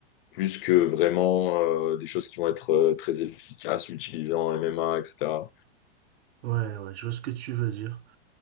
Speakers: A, on the left (about 50°); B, on the right (about 60°).
A: plus que vraiment euh, des choses qui vont être euh, très efficaces, utilisées en MMA, etc.
B: Ouais, ouais, je vois ce que tu veux dire.